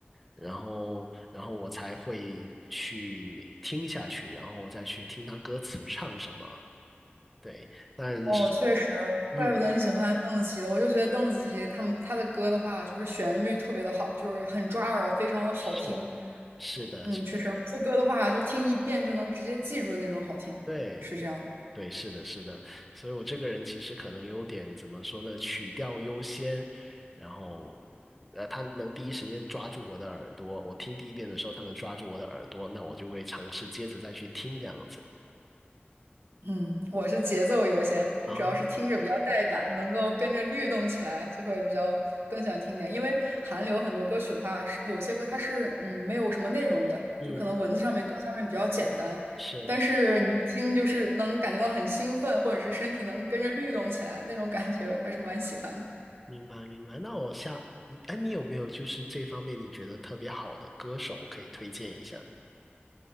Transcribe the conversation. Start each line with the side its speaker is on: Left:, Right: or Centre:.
Centre: 然后然后我才会去听下去，然后我再去听它歌词唱什么。对，但是，
Right: 哦，确实，
Centre: 嗯，
Right: 怪不得你喜欢邓紫棋的。我就觉得邓紫棋他们他的歌的话，就是旋律特别的好，就是很抓耳，非常的好听。
Centre: 是是的，
Right: 嗯，
Centre: 是的，
Right: 确实，副歌的话就听一遍就能直接记住的那种好听，
Centre: 对
Right: 是这样的。
Centre: 对，是的，是的，所以我这个人其实可能有点怎么说呢，曲调优先，然后，呃，他能第一时间抓住我的耳朵，我听第一遍的时候，他能抓住我的耳朵，那我就会尝试接着再去听这样子
Right: 嗯，我是节奏优先，就主要是听着比较带感，
Centre: 啊，
Right: 能够跟着律动起来，就会比较更想听点。因为韩流很多歌曲的话，是有些歌它是嗯没有什么内容的，
Centre: 嗯，
Right: 就可能文字上面、歌词上面比较简单，
Centre: 是，
Right: 但是你一听就是能感觉到很兴奋，或者是身体能跟着律动起来，那种感觉还是蛮喜欢的。
Centre: 明白明白。那我下，哎，你有没有就是这方面你觉得特别好的歌手可以推荐一下呢？